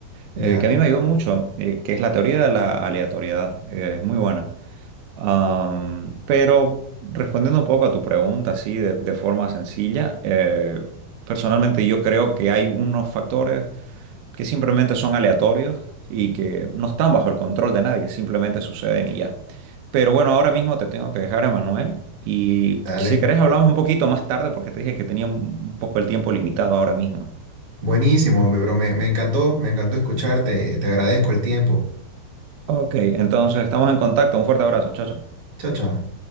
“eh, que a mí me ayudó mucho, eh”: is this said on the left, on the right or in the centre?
Right